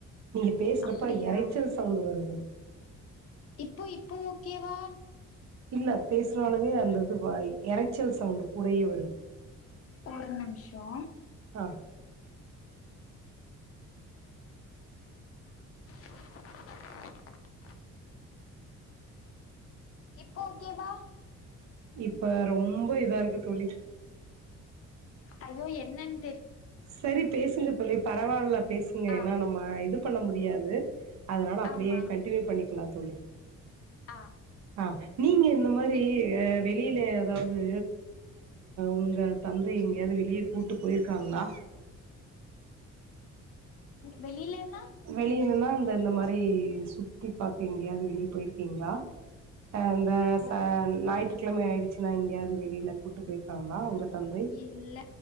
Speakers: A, on the right; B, on the left.
A: நீங்க பேசுறப்ப
B: அப்படியா
A: இரைச்சல் சவுண்ட் வருது.
B: இப்போ இப்போ ஓகேவா
A: இல்ல பேசுறாலே அந்தது இரைச்சல் சவுண்ட்டு கூடைய வருது
B: ஒரு நிமிஷோ
A: ஆ
B: <inaudible> இப்போ ஓகேவா
A: இப்ப ரொம்ப இதா இருக்கு தோழி
B: ஐயோ என்னென்
A: சேரி பேசுங்க தோழி பரவால்ல பேசுங்க
B: ஆ
A: ஏன்னா நம்ம இதுப் பண்ண முடியாது அதனால அப்டியே
B: ஆமா
A: கண்டினியூ பண்ணிக்கலா தோழி
B: ஆ
A: ஆ நீங்க இந்த மாரி
B: இன்னைக்கு
A: வெளியில எதாவது உங்க தந்தை எங்கேயாவது வெளியே கூப்ட்டு போயிருக்காங்களா
B: வெளியிலன்னா
A: வெளியனுன்னா இந்த இந்த மாரி சுத்தி பார்க்கங்கேக்கயாவது வெளியே போயிருக்கீங்களா ஆ ச இந்த
B: ஓ
A: ஞாயிற்றுக்கிழமை ஆயிடுச்சுன்னா இங்க எங்கியாவது வெளியில கூட்டு போயிருக்காங்களா உங்க தந்தை
B: இல்ல